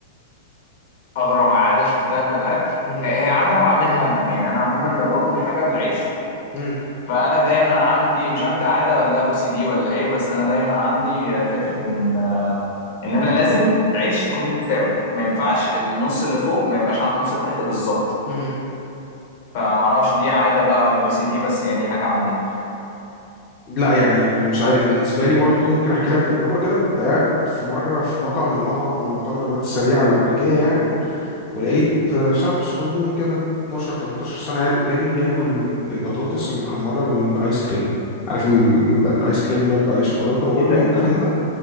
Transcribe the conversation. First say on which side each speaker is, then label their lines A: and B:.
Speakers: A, on the left; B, on the left.
A: أغرب عادة شفتها في الأكل
B: مهم.
A: هي عادة أنا بعملها أنا يعني أنا عموما لو باكل حاجة بالعيش
B: مم.
A: فانا دايما عندي مش عارف ده عاده ولا ده او سي دي ولا ايه بس انا دايما عندي آه، فكره ان ان انا لازم العيش يكون متساوي ما ينفعش النص اللي فوق ما يبقاش على النص اللي تحت بالظبط
B: مهم.
A: فما اعرفش دي عاده بقى ولا او سي دي بس هي دي حاجه عندي
B: لا يعني مش عارف بالنسبة لي برضو ممكن أحكي لك تجربة كده كنت قاعد في مرة في مطعم من مطعم من مطاعم الوجبات السريعة الأمريكية يعني ولقيت شاب صغنون كده 12 13 سنة قاعد قدامي بياكل البطاطس المحمرة بالآيس كريم عارف ال- الآيس كريم اللي هو بيبقى عليه شوكولاتة وأوريو
A: ايه ده
B: والكلام ده